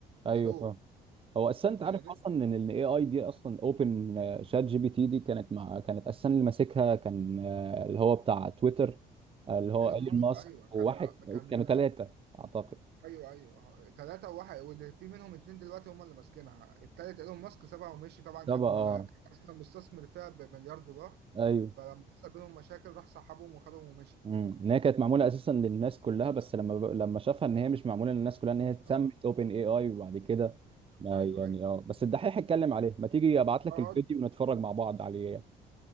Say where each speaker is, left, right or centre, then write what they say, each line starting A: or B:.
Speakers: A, on the right; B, on the right.
A: ايوه
B: يا دوب
A: هو اساسا انت
B: كان
A: عارف
B: يا دوب
A: اصلا ان الاي اي دي اصلا اوبن شات جي بي تي دي كانت مع كانت اساسا اللي ماسكها كان آه، اللي هو بتاع تويتر آه، اللي هو
B: ايلون
A: ايلون
B: ماسك
A: ماسك
B: ايوه كان
A: وواحد
B: كان
A: كانوا ثلاثه اعتقد
B: ايوه ايوه ثلاثة وواحد واللي في منهم اتنين دلوقتي هم اللي ماسكينها التالت ايلون ماسك سابها ومشي طبعا
A: ده
B: كان
A: بقى اه
B: كان اصلا مستثمر فيها بمليار دولار
A: ايوه
B: فلما حصل بينهم مشاكل راح سحبهم وخدهم ومشي
A: امم ان هي كانت معموله اساسا للناس كلها بس لما ب... لما شافها ان هي مش معموله للناس كلها ان هي اتسمت
B: اه
A: اوبن اي اي وبعد كده آه،
B: ايوه
A: يعني
B: ايوه
A: اه بس الدحيح اتكلم عليه ما تيجي ابعت لك
B: اقعد
A: الفيديو ونتفرج مع بعض عليه